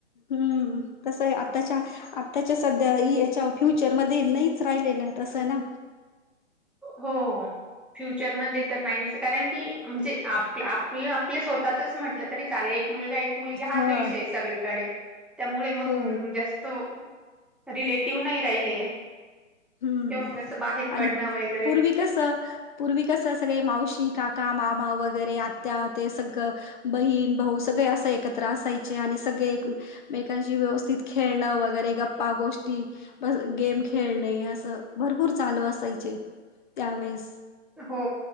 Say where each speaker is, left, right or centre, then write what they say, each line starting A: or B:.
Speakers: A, on the left; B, in the centre.
A: हम्म. कस आहे आताच्या आताच्या सध्या याच्या फ्युचरमध्ये नाहीच राहिलेलं. तसं ना.
B: हो. फ्युचरमध्ये तर नाहीच कारण की म्हणजे आप आप पल आपले स्वतःचच म्हटलं तरी चालेल. एक मुलगा, एक मुलगी हाच
A: ह
B: विषय सगळीकडे. त्यामुळे मग
A: हो
B: जास्त रिलेटिव्ह नाही राहिले.
A: हम्म
B: किंवा मग असं बाहेर
A: आणि
B: पडणं, वैग
A: पूर्वी क स पूर्वी कस सगळे मावशी, काका, मामा वगैरे आत्या ते सगळं बहीण, भाऊ सगळे असं एकत्र असायचे आणि सगळे एक मेकांशी व्यवस्थित खेळणं वगैरे गप्पा गोष्टी ब गेम खेळणे अस भरपूर चालू असायचे. त्यावेेळेस
B: हो